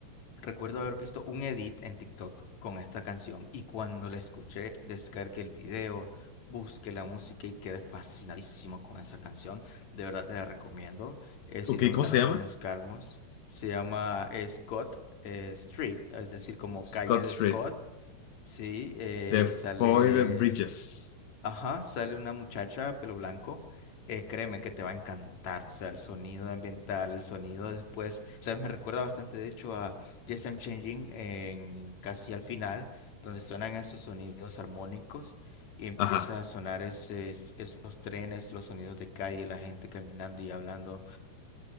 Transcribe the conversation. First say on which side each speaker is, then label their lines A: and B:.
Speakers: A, on the left (about 50°); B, on the left (about 75°).
A: Recuerdo haber visto un edit en TikTok con esta canción y cuando la escuché, descargué el video, busqué la música y quedé fascinadísimo con esa canción. De verdad te la recomiendo. Eh, si
B: Ok,
A: te gustan
B: ¿cómo se
A: los
B: llama?
A: sonidos calmos, se llama eh, Scott eh, Street, es decir, como
B: Scott
A: calle de
B: Street.
A: Scott, sí, eh,
B: The
A: y
B: Five
A: sale
B: Bridges.
A: Ajá, sale una muchacha, pelo blanco. eh, créeme que te va a encantar. O sea, el sonido ambiental, el sonido después. ¿Sabes? Me recuerda bastante, de hecho, a Yes, I'm Changing en casi al final, donde suenan esos sonidos armónicos y empieza
B: Ajá.
A: a sonar ese, es- esos trenes, los sonidos de calle, la gente caminando y hablando.